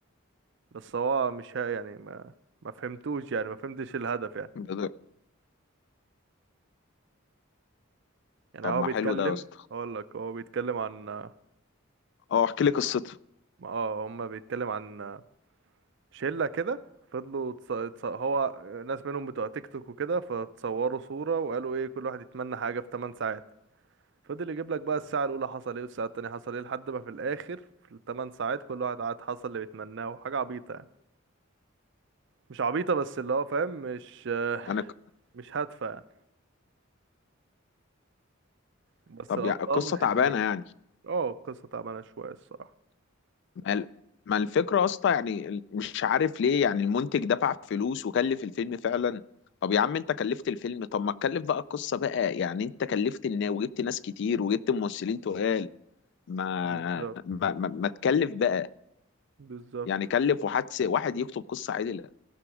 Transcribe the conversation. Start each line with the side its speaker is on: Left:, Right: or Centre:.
Right: بس هو مش ها يعني ما ما فهمتوش يعني ما فهمتش الهدف يعني
Left: ده- ده-
Right: يعني
Left: طب
Right: هو
Left: ما
Right: بيتكلم
Left: حلو ده يا اسطى
Right: اقول لك هو بيتكلم عن آه،
Left: اه احكي لي قصته
Right: اه هما بيتكلم عن آه، شلة كده فضلوا تص... تص... هو ناس منهم بتوع تيك توك وكده فتصوروا صورة وقالوا ايه كل واحد يتمنى حاجة في 8 ساعات فضل يجيب لك بقى الساعة الأولى حصل ايه والساعة التانية حصل ايه لحد ما في الآخر في الثمان ساعات كل واحد قعد حصل اللي بيتمناه وحاجة عبيطة يعني مش عبيطة بس اللي هو فاهم مش
Left: يعني ك-
Right: مش هادفة يعني بس
Left: طب
Right: الأبطال
Left: يعني القصه
Right: حلوين
Left: تعبانه يعني
Right: اه القصة تعبانة شوية الصراحة
Left: ما ال- ما الفكره يا اسطى يعني ال- مش عارف ليه يعني المنتج دفع فلوس وكلف الفيلم فعلا طب يا عم انت كلفت الفيلم طب ما تكلف بقى القصه بقى يعني انت كلفت الناس وجبت ناس كتير وجبت ممثلين تقال ما
Right: بالظبط
Left: ما ما, ما تكلف بقى
Right: بالظبط
Left: يعني كلف واحد س- واحد يكتب قصة عادلة